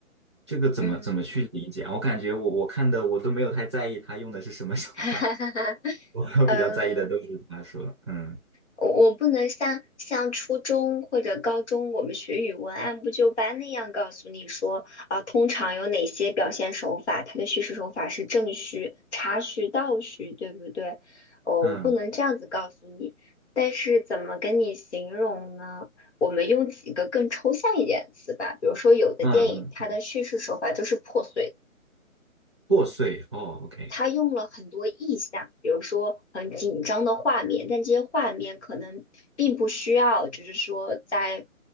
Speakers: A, on the right (about 20°); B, on the left (about 50°).
A: 这个怎么怎么去理解啊我感觉我我看的我都没有太在意他用的是什么手法。
B: 嗯。<laughs> 哈哈哈哈，
A: 我比较在意的都是他说，
B: 嗯，
A: 嗯
B: 我我不能像像初中或者高中我们学语文按部就班那样告诉你说啊，通常有哪些表现手法，它的叙事手法是正序、插叙、倒叙，对不对？哦，
A: 嗯
B: 我不能这样子告诉你，但是怎么跟你形容呢？我们用几个更抽象一点的词吧，比如说有的电影它的叙事手法就是破碎的。
A: 嗯嗯，破碎哦，OK，
B: 他用了很多意象，比如说很紧张的画面，但这些画面可能并不需要，就是说在